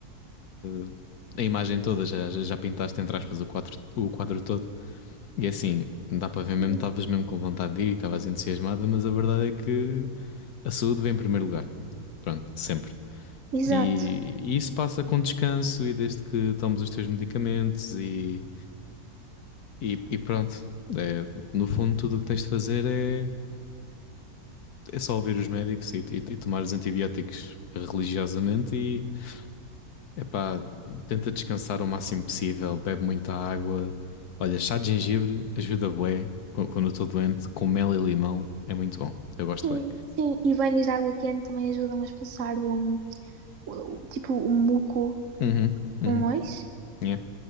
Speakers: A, on the left; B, on the right.
A: a a imagem toda, já, já já pintaste entre aspas o quadro, o quadro todo. E assim, dá para
B: <laughs>
A: ver mesmo, estavas mesmo com vontade de ir e estavas entusiasmada, mas a verdade é que a saúde vem em primeiro lugar, pronto, sempre.
B: Exato.
A: E, e isso passa com descanso e desde que tomes os teus medicamentos e, e, e pronto. É, no fundo, tudo o que tens de fazer é é só ouvir os médicos e, e, e tomar os antibióticos religiosamente e epá, tenta descansar o máximo possível, bebe muita água. Olha, chá de gengibre ajuda bué qu- quando eu estou doente, com mel e limão é muito bom. Eu gosto
B: Sim,
A: bem.
B: sim, e banhos de água quente também ajudam a expulsar o, o- o- tipo o muco do
A: Uhum, uhum,
B: pulmões.
A: yeah.